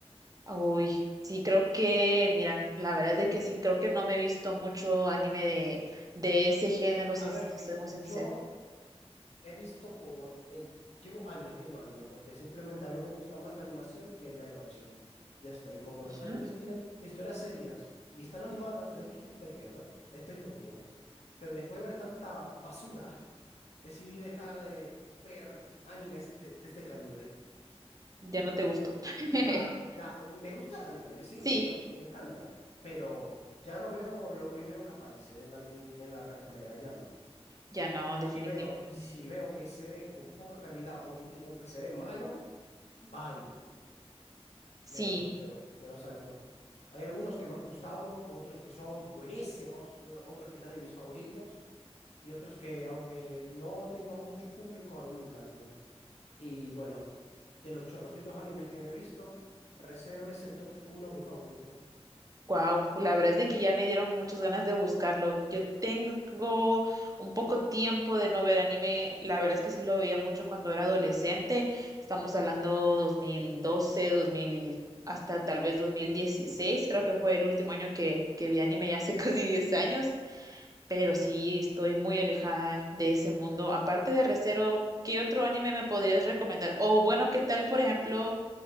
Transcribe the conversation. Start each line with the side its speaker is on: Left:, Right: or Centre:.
Right: Uy, sí, creo que, mira, la verdad es de que sí, creo que no me he visto mucho anime de, de ese género,
Left: A
Right: si es-
Left: ver, en fin,
Right: soy muy sincera.
Left: yo he visto como, en- llevo años viendo anime porque simplemente a mí me gusta más la animación que el live action. Ya está. Y como
Right: Ujú.
Left: los animes tienen historias serias y están animadas, yo dije, me quedo, esto es lo mío. Pero después de ver tanta basura, <laughs> decidí dejar de ver animes de, de este calibre.
Right: Ya no te gustó. <laughs>
Left: Ya, ya, me gusta el anime, me sigue
Right: Sí,
Left: gustando, me encanta, pero ya no veo lo primero que aparece en la, en en la cartelera, ya no.
Right: ya no, definitivamente.
Left: Si veo, si veo que se ve con poca calidad o que, ti- o que se ve malo, bye,
Right: Sí.
Left: me lo dropeo, me lo salto. Hay algunos que me han gustado, otros que son buenísimos, y o- otros que están en mis favoritos, y otros que, aunque no tengan mucho público, a mí me encantan. Y bueno, de los chorrocitos animes que me he visto, Re:Zero es el top uno, mi favorito.
Right: Wow, la verdad es de que ya me dieron muchas ganas de buscarlo. Yo tengo un poco tiempo de no ver anime. La verdad es que sí lo veía mucho cuando era adolescente. Estamos hablando dos mil doce, dos mil hasta tal vez 2016. Creo que fue el último año que, que vi anime, ya hace <laughs> casi 10 años. Pero sí estoy muy alejada de ese mundo. Aparte de Re:Zero, ¿qué otro anime me podrías recomendar? O bueno, ¿qué tal, por ejemplo?